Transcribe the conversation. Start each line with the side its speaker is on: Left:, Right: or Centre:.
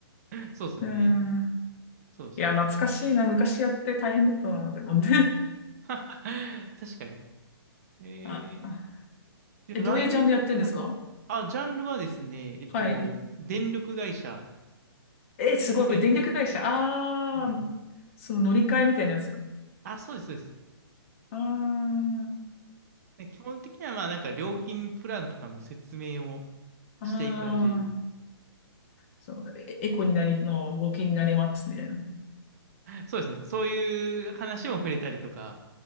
Right: そうですよね。
Left: うん。
Right: そうそう。
Left: いや、懐かしいな。昔やって大変だったな、でもね。
Right: <laughs> 確かに。
Left: <laughs>
Right: え
Left: あ、あ
Right: ー、
Left: え、
Right: で、LINE、
Left: どういうジャンルやってるんですか
Right: はい。あ、ジャンルはですね、えっと、
Left: はい。
Right: 電力会社
Left: え、すごい。
Right: をやっ、
Left: 電力会社。ああ、
Right: はい。
Left: その乗り換えみたいなやつか。
Right: あ、そうです、そうです。
Left: あ
Right: で基本的には、まあ、なんか料金プランとかの説明を
Left: あ、
Right: していく感じ。
Left: ああ、そう、エエコになりの、冒険になりますみたいな。
Right: そうですね。そういう話も触れたりとか。